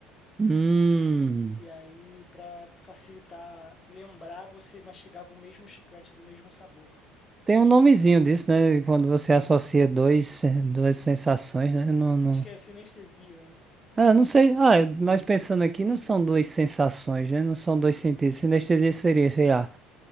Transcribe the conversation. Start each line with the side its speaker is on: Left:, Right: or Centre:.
Right: Hum,
Left: E aí, pra facilitar lembrar, você mastigava o mesmo chiclete do mesmo sabor.
Right: tem um nomezinho disso, né? Quando você associa dois, eh, duas sensações, né? Não, não...
Left: Acho que é sinestesia, né?
Right: Ah, não sei. Ah, mas pensando aqui, não são duas sensações, né? Não são dois sentidos. Sinestesia seria, sei lá,